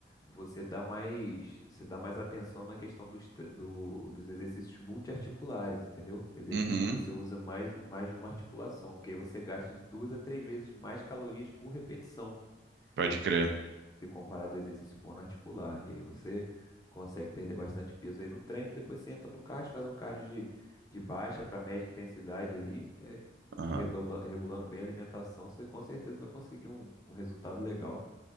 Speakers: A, on the left; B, on the right.
A: Você dá mais, você dá mais atenção na questão dos, tre- do- dos exercícios multiarticulares, entendeu? Exercícios
B: Uhum,
A: que você usa mais, do- mais de uma articulação, porque aí você gasta de duas a três vezes mais calorias por repetição
B: pode crer.
A: se, se comparado ao exercício monoarticular. E aí você consegue perder bastante peso aí no treino, depois você entra no cardio, faz um cardio de, de baixa para média intensidade ali, é,
B: Aham.
A: regula- regulando bem a alimentação, você com certeza vai conseguir um, um resultado legal.